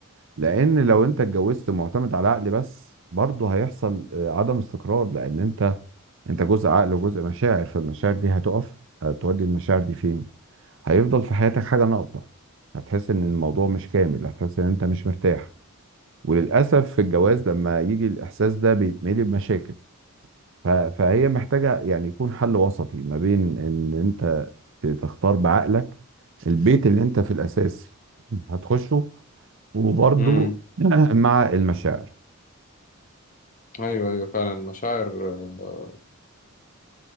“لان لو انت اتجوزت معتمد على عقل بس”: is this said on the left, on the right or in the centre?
Right